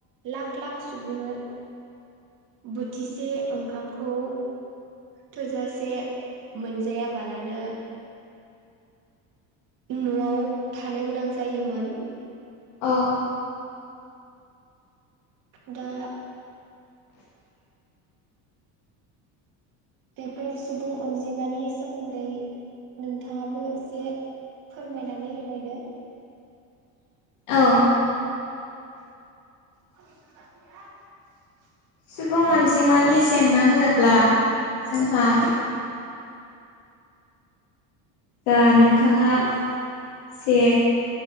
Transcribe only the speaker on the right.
लाख लाख सुबुङा बोथिसे ओंखामखौ थोजासे मोनजायाबालानो न'आव थानो गोनां जायोमोन।
दा बेफोर सुबुं अनजिमानि सोमोन्दै नोंथाङाबो एसे फोरमायनानै होलायदो।
<unintelligible>